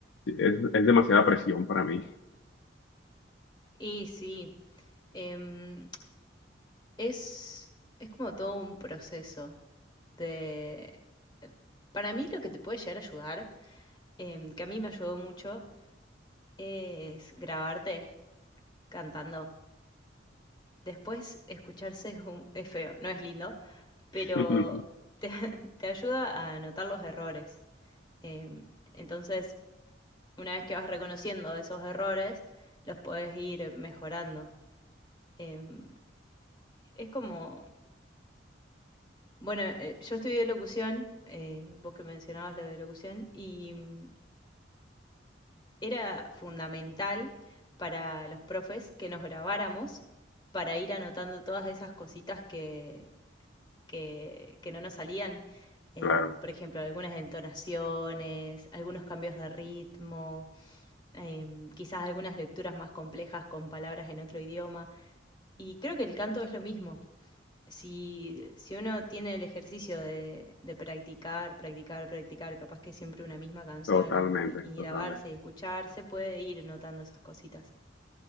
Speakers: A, on the left; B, on the left.
A: es, es demasiada presión para mí.
B: Y sí, em, es, es como todo un proceso de... Para mí lo que te puede llegar a ayudar em, que a mí me ayudó mucho es grabarte cantando. Después escucharse es, un- es feo, no es lindo, pero
A: <laughs>
B: te, <laughs> te ayuda a notar los errores. Em, entonces, una vez que vas reconociendo esos errores, los puedes ir mejorando. Em, es como, bueno, eh, yo estudié locución, eh, vos que mencionabas lo de locución, y mm, era fundamental para los profes que nos grabáramos para ir anotando todas esas cositas que, que, que no nos salían. Em,
A: Claro,
B: por ejemplo, algunas entonaciones, algunos cambios de ritmo, em, quizás algunas lecturas más complejas con palabras en otro idioma. Y creo que el canto es lo mismo si, si uno tiene el ejercicio de, de practicar, practicar, practicar, capaz que siempre una misma canción
A: totalmente,
B: y, y
A: totalmente.
B: grabarse y escucharse, puede ir notando esas cositas.